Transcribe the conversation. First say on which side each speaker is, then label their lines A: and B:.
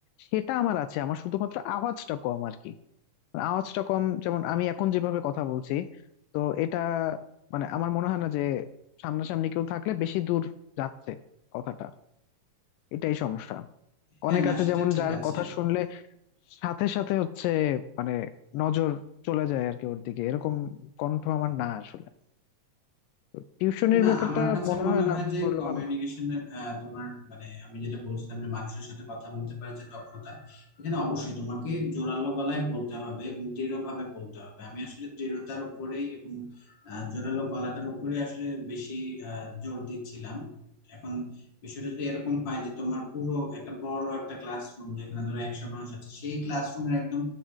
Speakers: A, on the left (about 85°); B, on the left (about 35°).
A: সেটা আমার আছে আমার শুধুমাত্র আওয়াজটা কম আর কি মানে আওয়াজটা কম যেমন আমি এখন যেভাবে কথা বলছি তো এটা মানে আমার মনে হয় না যে সামনাসামনি কেউ থাকলে বেশি দূর যাচ্ছে কথাটা এটাই সমস্যা
B: হ্যাঁ
A: অনেক
B: না
A: আছে
B: সেটা
A: যেমন
B: ঠিক
A: যার
B: আছে
A: কথা শুনলে সাথে সাথে হচ্ছে মানে নজর চলে যায় আর কি ওর দিকে এরকম কণ্ঠ আমার না আসলে তো টিউশনের
B: না
A: ব্যাপারটা
B: আমার কাছে
A: মনে
B: মনে
A: হয়
B: হয়
A: না
B: যে
A: করলে
B: কমিউনিকেশনের
A: ভালো হয়।
B: তোমার মানে আমি যেটা বলছিলাম যে মানুষের সাথে কথা বলতে পারার যে দক্ষতা এখানে অবশ্যই তোমাকে জোরালো গলায় বলতে হবে এবং দৃঢ়ভাবে বলতে হবে আমি আসলে দৃঢ়তার উপরেই এবং আহ, জোরালো গলাটার উপরেই আসলে বেশি আহ, জোর দিচ্ছিলাম এখন বিষয়টা যদি এরকম হয় যে তোমার পুরো একটা বড় একটা ক্লাসরুম যেখানে ধরো একশো মানুষ আছে সেই ক্লাসরুমের একদম